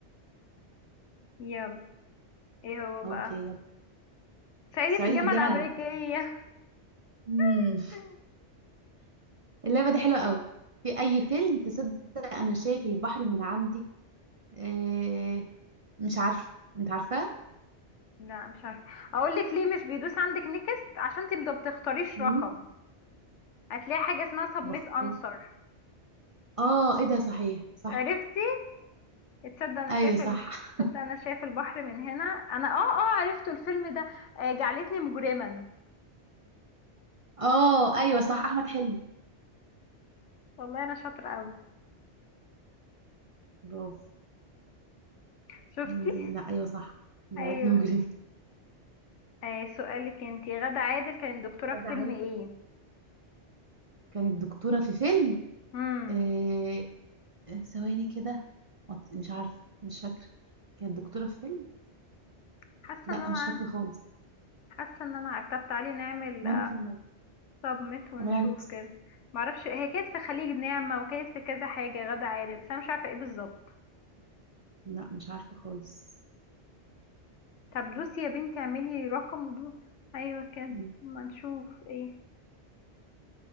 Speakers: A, on the left; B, on the right.
A: يلا ايه هو بقى
B: اوكي يلا
A: صعيدي
B: صعيدي
A: في الجامعة
B: في الجامعة
A: الأمريكية
B: الأمريكية. امم
A: <laughs>
B: اللعبة دي حلوة قوي في اي فيلم تصدق انا شايف البحر من عندي إيه... مش عارفة انت عارفاه
A: لا مش عارفة اقولك ليه مش بيدوس عندك نكست عشان تبدأ بتختاريش
B: مم.
A: رقم هتلاقي حاجة اسمها سبميت
B: بختار
A: انسر
B: اه ايه ده صحيح صح
A: عرفتي تصدق انا
B: ايوه
A: شايف
B: صح
A: ال... تصدق
B: <laughs>
A: انا شايف البحر من هنا انا اه اه عرفت الفيلم ده آه، جعلتني مجرما
B: اه ايوه صح احمد حلمي
A: والله انا شاطره قوي
B: برافو
A: شفتي
B: عين زين لا ايوه صح بلد
A: ايوه
B: مجرم
A: آه سؤالك انتي غادة عادل كانت دكتوره
B: غادة
A: في فيلم
B: عادل
A: ايه
B: كانت دكتوره في فيلم
A: امم
B: إيه... ثواني كده مط- مش عارفه مش فاكره كانت دكتوره في فيلم
A: حاسه
B: لا
A: ان انا
B: مش
A: عار-
B: فاكره خالص
A: حاسه ان انا عارفه طب تعالي نعمل
B: وانا كمان
A: سبميت ونشوف
B: عملها نكس
A: كده معرفش هي كانت في خليج نعمة وكانت في كذا حاجة غادة عادل بس انا مش عارفة ايه بالظبط
B: لا مش عارفه خالص
A: طب دوسي يا بنتي اعملي رقم ودو ايوه كده
B: مم.
A: ما نشوف ايه